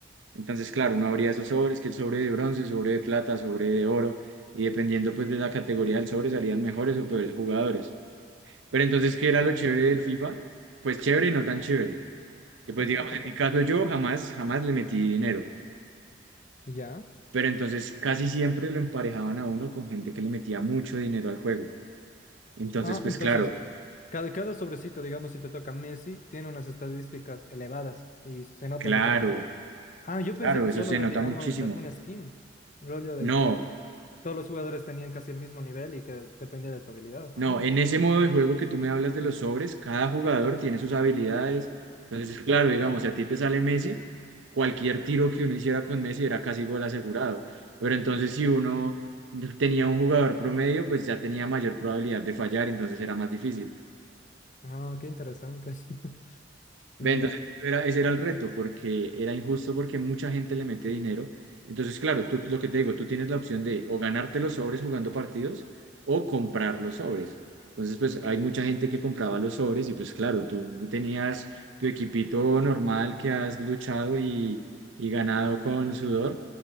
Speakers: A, on the right (about 80°); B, on the left (about 40°).
A: Entonces, claro, uno abría esos sobres, que el sobre de bronce, sobre de plata, sobre de oro, y dependiendo pues de la categoría del sobre salían mejores o peores jugadores. Pero entonces, ¿qué era lo chévere del FIFA? Pues chévere y no tan chévere. que pues
B: ¿Ya?
A: digamos,
B: ¿Por
A: en
B: qué?
A: mi caso yo jamás, jamás le metí dinero,
B: ¿Ya?
A: pero entonces casi siempre lo emparejaban a uno con gente que le metía mucho dinero al juego. Entonces,
B: Ah,
A: pues
B: entonces,
A: claro,
B: cada, cada sobrecito, digamos, si te toca Messi, tiene unas estadísticas elevadas y se nota
A: claro,
B: en la partida. Ah, yo
A: claro,
B: pensé que
A: eso
B: solo
A: se
B: era,
A: nota
B: digamos,
A: muchísimo.
B: la- una skin. Rollo de
A: No,
B: que todos los jugadores tenían casi el mismo nivel y que dependía de tu habilidad.
A: no,
B: Ah,
A: en ese modo de juego que tú me hablas de los sobres, cada jugador tiene sus habilidades. Entonces, claro, digamos, si a ti te sale Messi, cualquier tiro que uno hiciera con Messi era casi gol asegurado. Pero entonces si uno tenía un jugador promedio, pues ya tenía mayor probabilidad de fallar, entonces era más difícil.
B: ah, qué interesante. <laughs> Ya.
A: Ve, entonces eso era, ese era el reto, porque era injusto porque mucha gente le mete dinero. Entonces, claro, tú, lo que te digo, tú tienes la opción de o ganarte los sobres jugando partidos o comprar los sobres. Entonces, pues hay mucha gente que compraba los sobres y pues claro, tú tenías tu equipito normal que has luchado y, y ganado con sudor